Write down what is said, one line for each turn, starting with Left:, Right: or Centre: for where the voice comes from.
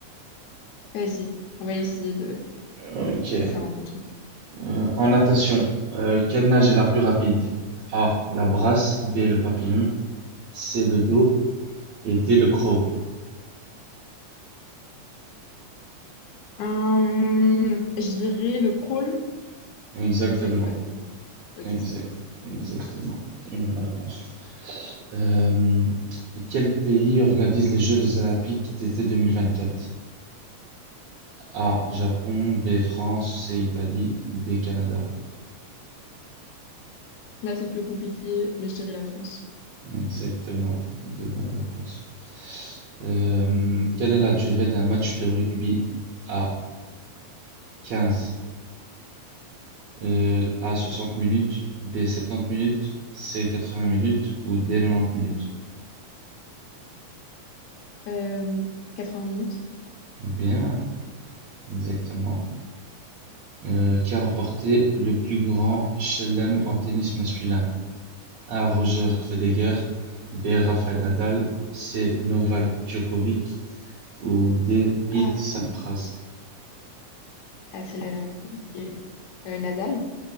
Left: Vas-y, on va essayer de,
Right: Ok.
Left: de faire un bon truc.
Right: Euh, en natation, euh, quelle nage est la plus rapide? A, la brasse, B, le papillon, C, le dos et D, le crawl.
Left: Hum, je dirais le crawl.
Right: Exactement,
Left: Et là, ça va être les papillons. Ok,
Right: exact,
Left: ça va.
Right: exactement. Une bonne réponse. Euh, et quel pays organise les Jeux olympiques d'été 2024? A, Japon, B, France, C, Italie, D, Canada.
Left: Là, c'est le plus compliqué, mais je dirais la France.
Right: Exactement, de bonnes réponses. Euh, quelle est la durée d'un match de rugby A 15? Euh, A 60 minutes, B 70 minutes, C 80 minutes ou D 90 minutes?
Left: Euh, 80 minutes.
Right: Bien, exactement. Euh, qui a remporté le plus grand chelem en tennis masculin? A Roger Federer, B Rafael Nadal, C Novak Djokovic ou D Pete
Left: Ah,
Right: Sampras?
Left: ah, celle-là, elle est un peu compliquée. Euh, Nadal?